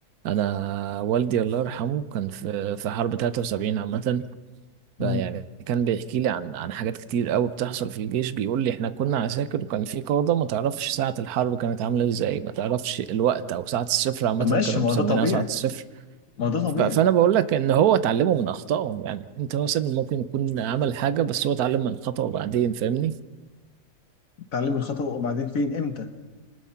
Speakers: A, on the right (about 70°); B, on the left (about 55°).
A: انا والدي الله يرحمه كان في في حرب 73 عامه
B: مم.
A: فيعني كان بيحكي لي عن عن حاجات كتير قوي بتحصل في الجيش بيقول لي احنا كنا عساكر وكان في قاده ما تعرفش ساعه الحرب كانت عامله ازاي ما تعرفش الوقت او ساعه الصفر عامه
B: طب ماشي
A: كانوا
B: ما
A: مسمينها
B: هو ده طبيعي
A: ساعه الصفر
B: ما هو ده طبيعي
A: ف- فانا بقول لك ان هو اتعلمه من اخطائه يعني انت مثلا ممكن يكون عمل حاجه بس هو اتعلم من خطأه بعدين فاهمني
B: اتعلم الخطأ وبعدين فين امتى